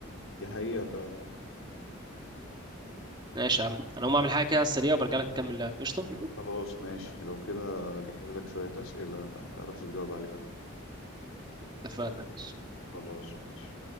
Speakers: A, on the left; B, on the right.
A: دي حقيقه فعلا
B: ماشي يا عم انا هقوم اعمل حاجه كده على السريع وبرجع لك نكمل لعب قشطه
A: خلاص ماشي لو كده جهز لك شويه اسئله ما تعرفش تجاوب عليها
B: اتفقنا ماشي
A: خلاص ماشي